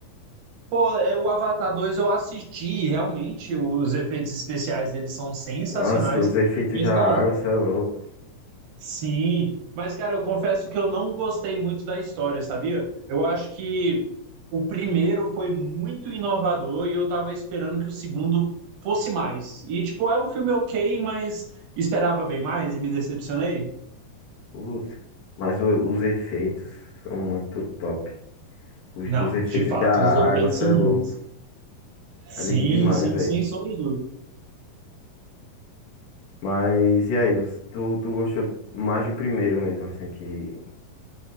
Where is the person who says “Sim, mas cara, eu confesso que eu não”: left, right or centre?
Right